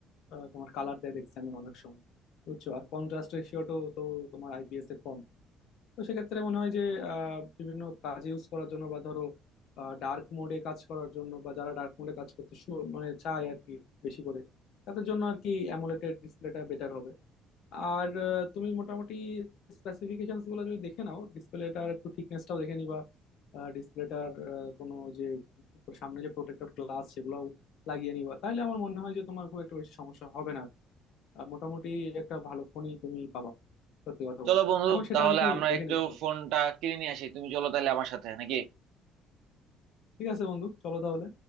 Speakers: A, on the left (about 70°); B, on the right (about 80°).
A: আহ, তোমার কালার দেয় দেখছি আমি অনেক সময় বুঝছো আর কন্ট্রাস্ট রেশিওটাও তো তোমার আইপিএস এর কম তো সেক্ষেত্রে মনে হয় যে আহ, বিভিন্ন কাজে ইউজ করার জন্য বা ধরো ডার্ক মোডে কাজ করার জন্য বা যারা ডার্ক মোডে কাজ করতে শু- মানে চায় আর কি বেশি করে তাদের জন্য আর কি অ্যামোলেড ডিসপ্লেটা বেটার হবে আর আহ, তুমি মোটামুটি স্পেসিফিকেশনস গুলো যদি দেখে নাও ডিসপ্লেটার একটু থিকনেসটাও দেখে নিবা ডিসপ্লেটার কোনো যে উপর সামনে যে প্রোটেক্টর গ্লাস সেগুলো লাগিয়ে নিবা তাহলে আমার মনে হয় যে তোমার খুব একটা বেশি সমস্যা হবে না আর কি। আর মোটামুটি একটা ভালো ফোনই তুমি পাবা সত্যি কথা
B: চলো
A: বলতে
B: বন্ধু
A: এখন সেটা
B: তাহলে
A: আর কি
B: আমরা
A: দেখে
B: একটু
A: নিতে হবে
B: ফোনটা কিনে নিয়ে আসি তুমি চলো তাহলে আমার সাথে নাকি
A: ঠিক আছে বন্ধু চলো তাহলে